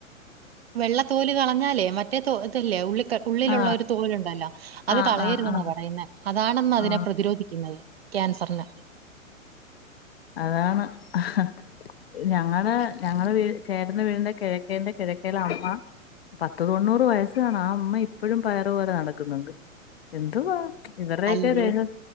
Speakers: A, on the right; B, on the left.
A: വെള്ളത്തോല് കളഞ്ഞാലേ മറ്റേ തോ ഇതില്ലേ ഉള്ളിക്ക. ഉള്ളിലുള്ള
B: ആ
A: ഒരു തോലുണ്ടല്ലോ അത്
B: ആ
A: കളയരുതെന്നാ
B: ആ ആ
A: പറയുന്നത് അതാണെന്ന് അതിനെ
B: ആ
A: പ്രതിരോധിക്കുന്നത്. ക്യാൻസറിന്.
B: അതാണ്അഹ ഞങ്ങടെ ഞങ്ങളെ വീ ചേട്ടൻ്റെ വീടിന്റെ കിഴക്കേന്റെ കിഴക്കേലെ അമ്മ. പത്ത് തൊണ്ണൂറ് വയസ് കാണും ആ ഇമ്മ ഇപ്പഴും പയർ പോലെ നടക്കുന്നുണ്ട്. എന്തുവാ ഇവർടെയൊക്കെ
A: അല്ലേ?
B: ദേഹ.